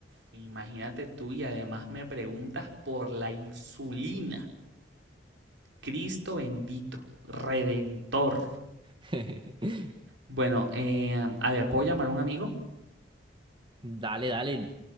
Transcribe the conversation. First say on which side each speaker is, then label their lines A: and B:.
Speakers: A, on the right (about 85°); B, on the right (about 30°).
A: imagínate tú y además me preguntas por la insulina. Cristo bendito, redentor.
B: <laughs>
A: Bueno, eh, a ver, ¿puedo llamar a un amigo?
B: Dale, dale,